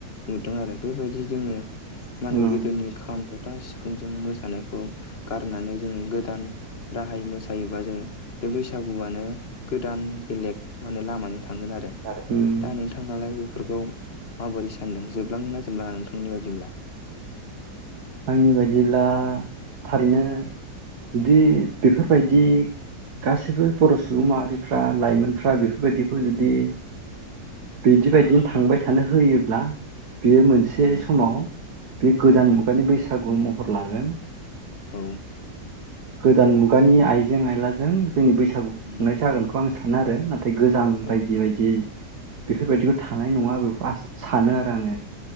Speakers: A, on the left; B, on the right.
A: नुदों आरो बेबायदि जोङो माने
B: उम
A: गोदोनि खाम जथा सिफुं <unintelligible> मोसानायखौ गारनानै जोङो गोदान राहाय मोसायोबा जों बे बैसागुआनो गोदान बेलेग मे लामाजों थांगोन आरो
B: <unintelligible> अम
A: दा नोंथाङालाय बेफोरखौ माबोरै सानदों जोबलांगोनना जोबलाङा नोंथांनि बायदिब्ला
B: आंनि बायदिब्ला थारैनो जुदि बेफोरबायदि गासैबो बर' सुबुं माहारिफ्रा लाइमोनफ्रा बेफोरबायदिखौ जुदि बिदिबायदिनो थांबाय थानो होयोब्ला बियो मोनसे
A: उम
B: समाव बे गोदान मुगानि बैसागु महर लागोन
A: औ
B: गोदान मुगानि आइजें आयलाजों जोंनि बैसागु
A: उम
B: खुंनाय जागोनखौ आं सानो आरो नाथाय गोजाम बायदि-बायदि
A: औ
B: बेफोरबायदिखौ थानाय नङा बेखौ आ सानो आरो आङो